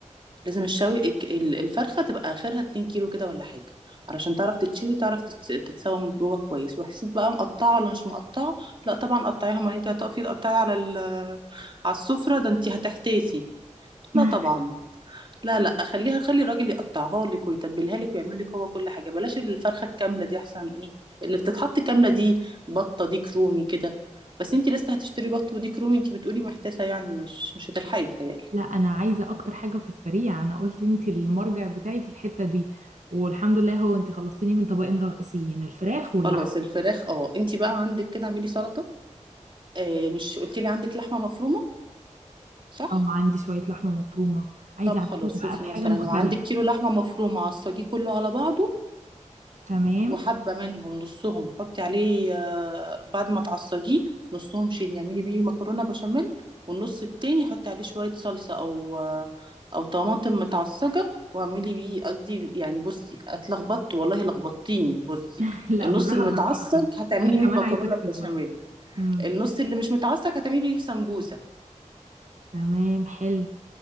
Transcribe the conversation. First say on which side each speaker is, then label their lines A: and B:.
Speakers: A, on the right; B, on the right.
A: لازم الشوي الك- ال- الفرخه تبقى اخرها 2 كيلو كده ولا حاجه علشان تعرف تتشوي تعرف تت- تتسوى من جوه كويس وحسيت بقى مقطعه ولا مش مقطعه لا طبعا قطعيها ما انتي هتقفي تقطعي على ال- على السفره ده انتي هتحتاسي
B: <laughs>
A: لا طبعا لا لا خليها خلي الراجل يقطعها لك ويتبلها لك ويعمل لك هو كل حاجه بلاش الفرخه الكامله دي احسن ايه اللي بتتحط كامله دي بطه دي كرومي كده بس انت لسه هتشتري بط وديك رومي انت بتقولي محتاسه يعني مش مش هتلحقي بتهيألي
B: لا انا عايزه اكتر حاجه في السريع انا قلت انت المرجع بتاعي في الحته دي والحمد لله هو انت خلصتيني من طبقين رئيسيين الفراخ واللحم
A: خلاص الفراخ اه انت بقى عندك كده اعملي سلطه آه مش قلتي لي عندك لحمه مفرومه صح
B: اه عندي شويه لحمه مفرومه عايزه
A: طب
B: اعملهم
A: خلاص
B: بقى
A: شوفي
B: بحاجه
A: مثلا
B: مختلفه
A: لو عندك كيلو لحمه مفرومه عصجيه كله على بعضه
B: تمام
A: وحبة منهم نصهم حطي عليه آه، بعد ما تعصجيه نصهم شيلي اعملي بيه مكرونة بشاميل والنص التاني حطي عليه شوية صلصة أو آه، أو طماطم متعصجة واعملي بيه قصدي يعني بصي اتلخبطت والله لخبطتيني بصي
B: <laughs> لا
A: النص
B: بالراحه
A: اللي
B: بالراحه
A: متعصج
B: كده
A: هتعملي
B: انا
A: بيه
B: كمان عايزه
A: مكرونة
B: اكتب
A: البشاميل
B: وراكي امم
A: النص اللي مش متعصج هتعملي بيه سمبوسة
B: تمام حلو